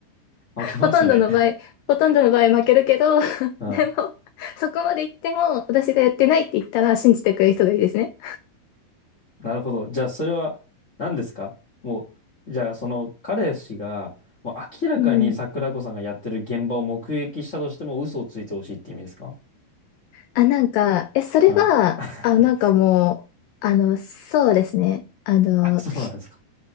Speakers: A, on the left; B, on the left.
A: 開けますね。
B: ほとんどの場合、ほとんどの場合負けるけど、<laughs>
A: <laughs> はい
B: でも、そこまで行っても、私がやってないって言ったら信じてくれる人がいいですね。
A: なるほど。じゃあ、それは何ですかもう、じゃあ、その彼氏が、もう明らかに桜子さんがやってる現場を目撃したとしても嘘をついてほしいって意味ですか
B: うん。あ、なんか、え、それは、
A: はい。<laughs>
B: あ、なんかもう、あの、そうですね。あの、
A: あ、そうなんですか。